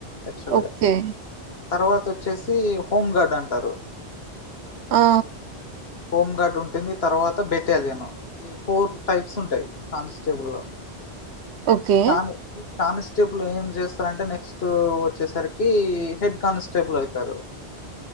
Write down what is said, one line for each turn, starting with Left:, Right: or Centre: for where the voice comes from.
Left: యాక్చువల్
Right: ఒక్కే
Left: గా తర్వాత వచ్చేసి హోంగార్డ్ అంటారు.
Right: ఆ
Left: హోంగార్డ్ ఉంటుంది. తర్వాత బెటాలియన్ పోర్ట్ టైప్స్ ఉంటాయి. కానిస్టేబుల్ లో
Right: ఓకే.
Left: ఈ కానీ కానిస్టేబుల్ ఏం చేస్తారంటే నెక్స్ట్ వచ్చేసరికి హెడ్ కానిస్టేబుల్ అయితారు.